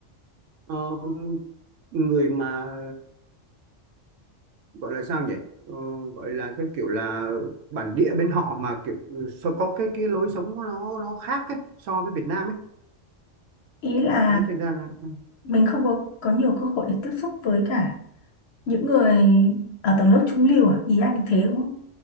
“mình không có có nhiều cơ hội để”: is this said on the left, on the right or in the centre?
Left